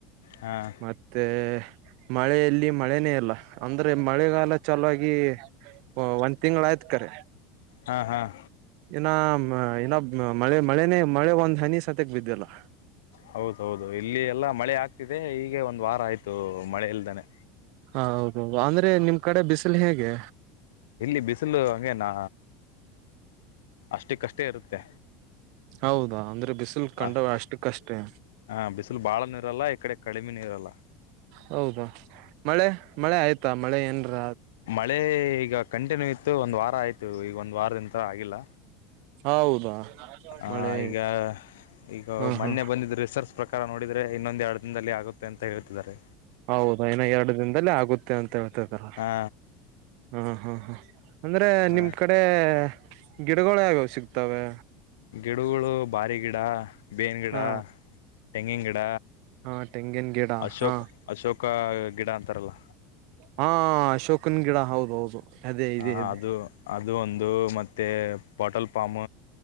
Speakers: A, on the left; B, on the right.
A: ಹಾಂ
B: ಮತ್ತೆ ಮಳೆಯಲ್ಲಿ ಮಳೆನೇ ಇಲ್ಲ ಅಂದ್ರೆ ಮಳೆಗಾಲ ಚೆಲಾಗಿ ಒಂದ್ ತಿಂಗ್ಗಳ ಆಯ್ತ್ ಕರೆ
A: ಹಾಂ ಹಾಂ
B: ಇನ್ನ ಇನ್ನ ಮಳೆ ಮಳನೇ ಮಳೆ ಒಂದ್ ಹನಿ ಸತಕ್ ಬಿದ್ದ್ಯಲ್ಲ
A: ಹೌದ ಹೌದು ಇಲ್ಲಿ ಎಲ್ಲ ಮಳೆ ಆಗ್ತಿದೆ ಈೀಗೆ ಒಂದು ವಾರ ಆಯ್ತು ಮಳೆ ಇಲ್ದಾನನೆ
B: ಹ ಹೌದೌದು ಅಂದ್ರೆ ನಿಮ್ ಕಡೆ ಬಿಸಿಲು ಹೇಗೆ
A: ಇಲ್ಲಿ ಬಿಸಿಲು ಹಂಗಗೆನಾ ಅಷ್ಟು ಕಷ್ಟೇ ಇರುತ್ತೆ
B: ಹೌದಾ ಅಂದ್ರೆ ಬಿಸಿಲು ಕಂಡ
A: ಅಷ್ಟ
B: ಅಷ್ಟು ಕಷ್ಟೇ
A: ಹ ಬಿಸಿಲು ಬಾಳ ನೀರಲ್ಲಾ ಈ ಕಡೆ ಕಡಿಮೆ ನೀರ ಅಲ್ಲಾ
B: ಹೌದಾ ಮಳೆ ಮಳೆ ಆಯ್ತಾ ಮಳೆ ಏನ್ರ
A: ಮಳೆ ಈಗ ಕಂಟಿನ್ಯೂ ಇತ್ತು ಒಂದ್ ವಾರ ಆಯ್ತು ಈಗ ಒಂದ್ ವಾರದಿನ ತರ ಆಗಿಲ್ಲ
B: ಹೌದಾ
A: ಆ
B: ಮಳೆ
A: ಈಗ ಈಗ
B: ಹಾ
A: ಮೊನ್ನೆ
B: ಹಾ
A: ಬಂದಿದ್ರೆ ಸರ್ಚ್ ಪ್ರಕಾರ ನೋಡಿದರೆ ಇನ್ನೊಂದು ಎರಡು ದಿನದಲ್ಲಿ ಆಗುತ್ತೆ ಅಂತ ಹೇಳ್ತಿದ್ದಾರೆ
B: ಹೌದ ನ ಎರಡು ದಿನದಲ್ಲೇ ಆಗುತ್ತೆ ಅಂತ ಹೇಳ್ತಿದಾರೆ
A: ಹಾ
B: ಹಾ ಹಾ ಹಾ ಅಂದ್ರೆ
A: ಹ
B: ನಿಮ್ ಕಡೆ ಅಗಿಡಗಳುಗಳು ಯಗಾವ ಸಿಗ್ತವೆ
A: ಗಿಡಗಳು ಭಾರಿ ಗಿಡ ಬೇನ್ ಗಿಡ
B: ಹಾ
A: ತೆಂಗಿನ ಗಿಡ
B: ಹಾ ತೆಂಗಿನ ಗಿಡ
A: ಅಶೋಕ
B: ಹಾ
A: ಅಶೋಕ ಗಿಡ ಅಂತಾರಲ್ಲ
B: ಹಾ ಅಶೋಕನ್ ಗಿಡ ಹೌದ ಹೌದು ಅದೇ ಇದೆ
A: ಹ
B: ಅದೇ
A: ಅದು ಅದು ಒಂದು ಮತ್ತೆ ಬಾಟಲ್ ಪಾಮ್